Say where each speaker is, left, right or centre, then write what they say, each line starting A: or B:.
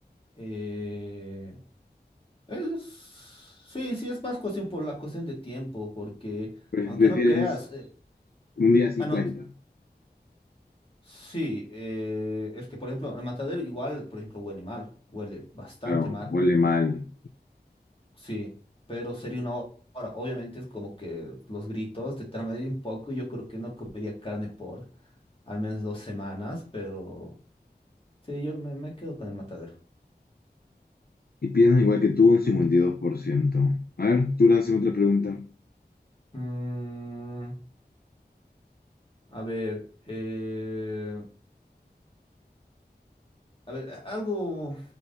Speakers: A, on the left; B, on the left.
A: eh, Eso es- sí, sí, es más cuestión por la cuestión de tiempo, porque
B: Pre-
A: aunque
B: Prefieres
A: no creas, eh,
B: un día 50.
A: ah, no, t- sí, eh, es que por ejemplo, el matadero igual, por ejemplo, huele mal, huele bastante
B: Claro,
A: mal,
B: huele mal.
A: sí, pero sería una ho- hora. Obviamente es como que los gritos te traen un poco, y yo creo que no comería carne por al menos dos semanas, pero sí, yo me, me quedo con el matadero.
B: Y piensan igual que tú un cincuenta y dos por ciento A ver, tú lánzame otra pregunta.
A: Mm, a ver, eh, A ver, algo,